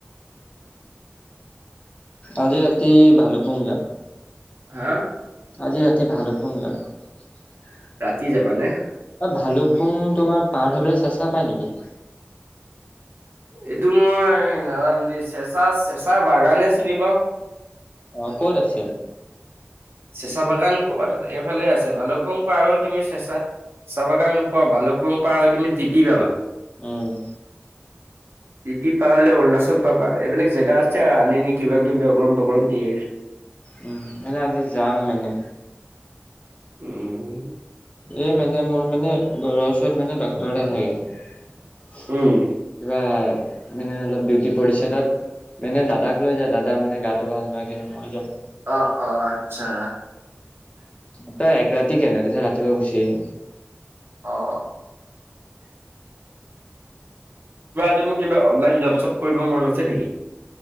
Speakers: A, on the left (about 35°); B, on the right (about 65°).
A: আজি ৰাতি ভালকপুঙ যাম।
B: হা
A: আজি ৰাতি ভালু কপুঙ যাম। <unintelligible>
B: ৰাতি যাবানে?
A: ভালু পুং তোমাৰ পাৰ হৈ পেলাই চেচা পায় নেকি?
B: এইটো মই নাজানো দেই চেঁচা চেঁচা বাগানে চিনি পাওঁ।
A: আহ ক'ত আছে?
B: চেচা বাগান ক'ৰবাত এইফালে আছে ভালুপং পাৰ হৈ কিনে তুমি চেঁচা চাবা গান নোপোৱা ভালুকুং পাৰ তুমি টপিবা
A: উম
B: <inaudible> টিপি পাৰলৈ অৰুণাচল পাবা এইবিলাক জেগা আছে আৰু আনিনি কিবা কিবি অগৰম পগৰম ধেৰ <unintelligible>
A: উম মনে আজি যাম মানে।
B: উম
A: এই মানে মোৰ মানে ঘৰৰ ওচৰত মানে ডাক্তৰ এটা থাকে। কিবা
B: উম।
A: মানে অলপ ডিউটি পৰিছে তাত মানে দাদাক লৈ যায় দাদা মানে গাটো ভাল নহয় কিন্তু মই যাম। <unintelligible>
B: অ-অ, আচ্ছা
A: ত তই এক ৰাতি কেনে তাৰপিছত ৰাতিপুৱা গুচি আহিম।
B: অ কিবা তুমি কিবা, অনলাইন জব চব কৰিব মন আছে নেকি?